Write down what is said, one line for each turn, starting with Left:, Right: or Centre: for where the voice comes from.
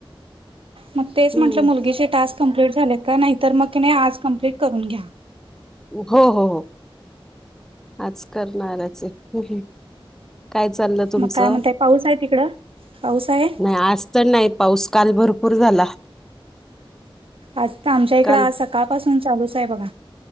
Right: मग तेच
Centre: हम्म
Right: म्हंटलं मुलगीचे टास्क कंप्लीट झालेत का? नाहीतर मग नाही आज कम्प्लीट करून घ्या.
Centre: हो, हो, हो आज करणार्याचेऽ काय चाललं तुमचं?
Right: मग काय म्हणताय पाऊस आहे तिकडं? पाऊस आहे?
Centre: नाही असज तर नाही? पाऊस काल भरपूर झाला.
Right: आज तर आमच्या इकडं
Centre: काल
Right: आज सकाळपासून चालूच आहे बघा..